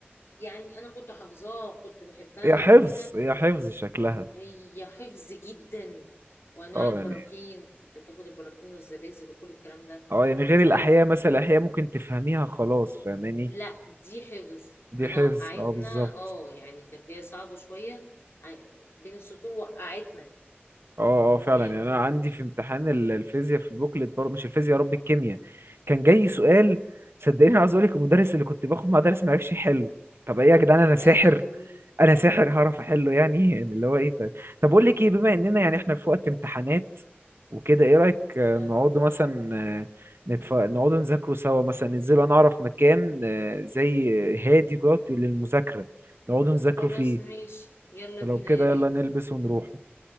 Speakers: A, on the left; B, on the right.
A: يعني انا كنت حافظاها كنت بحبها
B: هي حفظ
A: وكده
B: هي حفظ شكلها
A: هي حفظ جدا وانواع
B: اه
A: البراكين
B: يعني
A: انت تاخد البراكين والزلازل وكل الكلام ده
B: اه يعني غير
A: ف...
B: الاحياء
A: ف...
B: مثلا الاحياء ممكن تفهميها خلاص فاهماني
A: لا دي حفظ
B: دي
A: انا
B: حفظ
A: وقعتنا
B: اه بالظبط
A: اه يعني كانت جايه صعبه شويه ع- بين السطور وقعتنا
B: اه اه فعلا
A: فاهم
B: يعني انا عندي في امتحان ال- الفيزياء في البوكلت برضه مش الفيزياء يا رب الكيمياء كان جاي سؤال صدقني عاوز اقول لك المدرس اللي كنت باخد مع درس ما عرفش يحله طب ايه يا جدعان انا ساحر
A: يا لهوي
B: انا ساحر هعرف احله يعني <laughs> يعني اللي هو ايه طيب طب اقول لك ايه بما اننا يعني احنا في وقت امتحانات وكده ايه رايك آه،
A: اه
B: نقعدوا مثلا آه، نتف... نقعدوا نذاكروا سوا مثلا ننزلوا انا اعرف مكان آه، زي هادي كده للمذاكره نقعدوا نذاكروا
A: خلاص
B: فيه
A: ماشي يلا
B: ولو
A: بينا
B: كده
A: يا ريت
B: يلا نلبس ونروح